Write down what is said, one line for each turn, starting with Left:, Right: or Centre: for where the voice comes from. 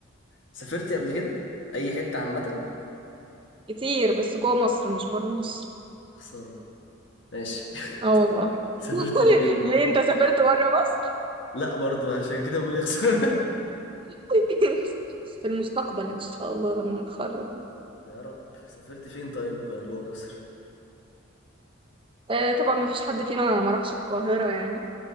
Left: سافرتي قبل كده اي حته عامه
Right: كتير بس جوه مصر مش بره مصر
Left: خساره ماشي <laughs>
Right: اه والله
Left: سافرتي
Right: <laughs>
Left: فين
Right: ليه انت سافرت بره مصر
Left: لا برضو عشان كده بقول يا خساره <laughs>
Right: <laughs> في المستقبل ان شاء الله لما اتخرج
Left: يا رب سافرتي فين طيب جوه مصر
Right: آه طبعا ما فيش حد فينا ما راحش القاهرة يعني